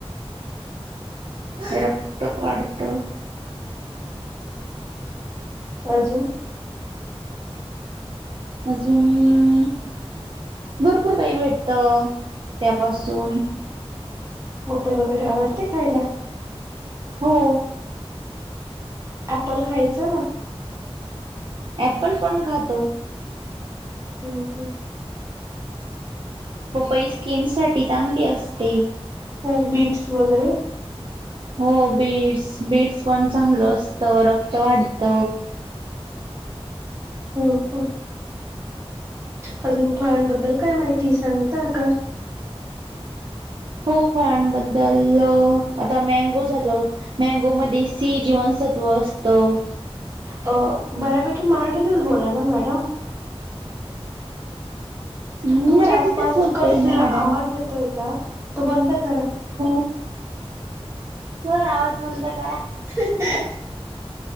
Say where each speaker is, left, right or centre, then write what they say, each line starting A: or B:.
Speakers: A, on the right (about 55°); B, on the right (about 25°).
A: ररक्त अडत.
B: अजून
A: अजून भरपूर काही भेटत त्यापासून
B: बप्पई वगैरे आवडते खायला
A: हो.
B: अॅप्पल खायचं ना.
A: प्पल पण खातो.
B: हो हो.
A: पपई स्किन साठी चांगली असते.
B: हो बीट्स वगेरे
A: हो बीट्स बीट्स पण चांगलं असतं रक्त वाढत.
B: हो हो. अजून फळांबद्दल काय माहिती सांगता का?
A: हो फळांबद्दल अ आता मँगो झालं. मँगोमध्येध्ये सी जीवनसत्त्व असतं.
B: अ बऱ्यापैकी मराठीतच बोला ना मॅडम
A: मराठीतच
B: तुमच्या आसपास
A: बोलतोय
B: कसला
A: ना मॅडम.
B: आवाज येतोय का तो बंद करा.
A: हो स आवाज बंद करा.
B: <unintelligible>